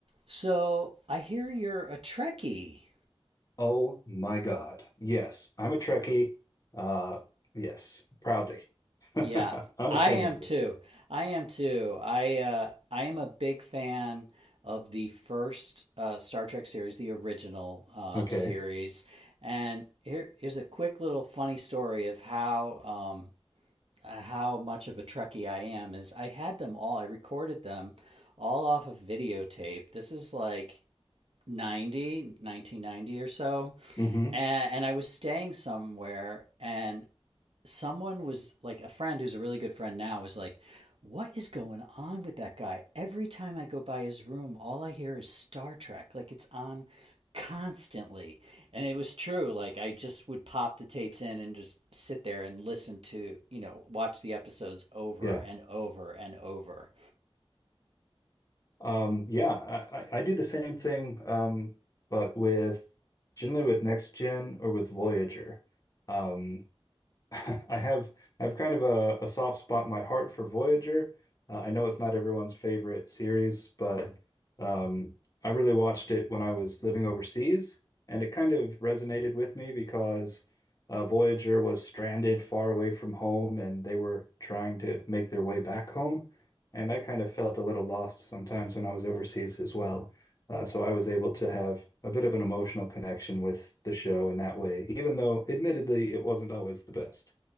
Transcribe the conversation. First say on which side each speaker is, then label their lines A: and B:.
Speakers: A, on the right (about 70°); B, on the left (about 35°).
A: So I hear you're a Trekkie.
B: Oh my God. Yes, I'm a Trekkie. Uh, yes, proudly. <laughs>
A: Yeah,
B: Unashamedly.
A: I am too. I am too. I uh, I am a big fan of the first uh, Star Trek series, the original uh,
B: Okay.
A: series. And here, here's a quick little funny story of how um, uh, how much of a Trekkie I am. Is I had them all. I recorded them all off of videotape. This is like 90, 1990 or so.
B: hmm
A: And, and I was staying somewhere and someone was like a friend who's a really good friend now was like, "What is going on with that guy? Every time I go by his room, all I hear is Star Trek. Like it's on constantly." And it was true. Like I just would pop the tapes in and just sit there and listen to, you know, watch the episodes over
B: Yeah.
A: and over and over.
B: Um, yeah, I, I I do the same thing, um, but with generally with Next Gen or with Voyager. Um, <laughs> I have I have kind of a, a soft spot in my heart for Voyager. Uh, I know it's not everyone's favorite series, but um, I really watched it when I was living overseas, and it kind of resonated with me because uh, Voyager was stranded far away from home, and they were trying to make their way back home, and I kind of felt a little lost sometimes when I was overseas as well. Uh, so I was able to have a bit of an emotional connection with the show in that way, even though admittedly it wasn't always the best.